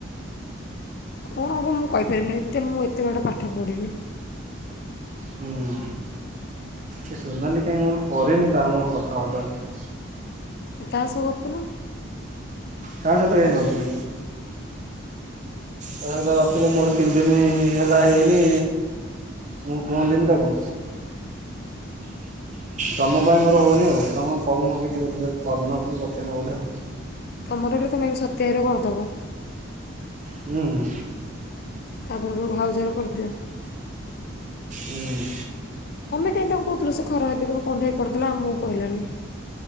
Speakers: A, on the left; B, on the right.
A: କଣ ହବ ମୁଁ କହିପାରିମିନି, ଏତେ ମୁଁ ଏତେ ବଡ ପାଠ ପଢିନି।
B: ହୁଁ, ସେ ସୋନାଲି କାହିଁ ମୋର କରିନି ତାର ମୋର କଥାବାର୍ତ୍ତା ଆଜି।
A: ତା ସହ ଗପୁନ।
B: ତା ‌ସହିତ
A: କରିଦେବି
B: କାହିଁ ଗପିବି? ତା ସହିତ ଗପିଲେ ମୋର ତିନି ଦିନ ହେଲା ହେଇନି। ମୁଁ କୁହନ୍ତିନି ତାକୁ।
A: <inaudible>
B: ତୋମ ପାଇଁ ମୋର ହଉନି ଆଉ, ତୋମେ କହୁନ କିଛି ବୋଧେ ତା-କରିନ କି କଥା ହଉ ନ ବୋଧେ।
A: ତୋମର ହେଲେ ତୋମେ ଆଗେ ସତ୍ୟ ଭାଇର କରିଦବ।
B: ହୁଁ।
A: ତା ପୂର୍ବରୁ ଭାଉଜର କରିଦିଅ।
B: ଉଁ,
A: ତୋମେ କାହିଁକି ତାଙ୍କୁ କହୁଥିଲ? ସେ ଖରାପ ଭାବିଥିବ, କଣ୍ଢେଇ କରିଦେଲା ଆମକୁ କହିଲାନି।